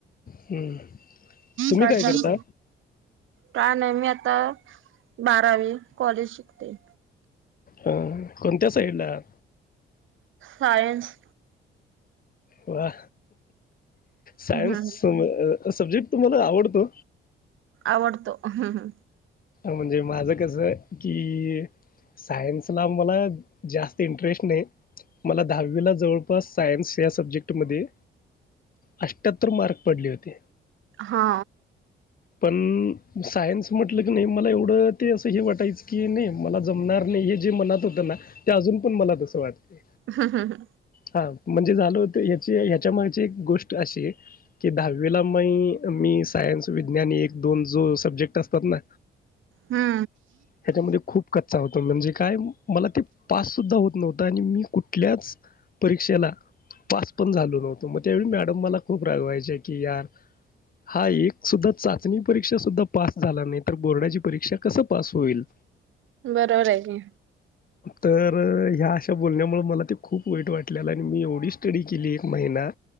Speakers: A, on the left (about 45°); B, on the right (about 80°).
A: हम्म तुम्ही
B: काय चालय
A: करता?
B: का नाही मी आता बारावी कॉलेज शिकते.
A: हम कोणत्या साईडला आहात?
B: सायन्स.
A: वा सायन्स
B: हम्म
A: सब्जेक्ट तुम्हाला आवडतो?
B: आवडतो ह्.
A: म्हणजे माझं कसं की सायन्सला मला जास्त इंटरेस्ट नाही. मला दहावीला जवळपास सायन्स या सब्जेक्ट मध्ये अष्ट्याहत्तर मार्क पडले होते.
B: हा.
A: पण सायन्स म्ह म्हटलं की नाही मला एवढं ते असं हे वाटायचं की नाही मला जमणार नाही हे जे मनात होतं ना ते अजून पण मला तसं वाटतंय
B: हा हा हा
A: हा म्हणजे झालो होत हची ह्याच्या मागची एक गोष्ट अशी आहे. की दहावीला मग मी सायन्स विज्ञान एक दोन जो सब्जेक्ट असतात ना
B: हा
A: ह्याच्यामध्ये खूप कच्चा होतो म्हणजे काय मला ते पास सुद्धा होत नव्हतं आणि मी कुठल्याच परीक्षेला पास पण झालो नव्हतो मग त्यावेळी मॅडम मला खूप रागवायचे की यार हा एक सुद्धा चाचणी परीक्षा सुद्धा पास झाला नाही तर बोर्डाची परीक्षा कस पास होईल?
B: बरोबर आहे की
A: तर ह्या अशा बोलण्यामुळं मला ते खूप वाईट वाटलेलं आणि मी एवढी स्टडी केली एक महिना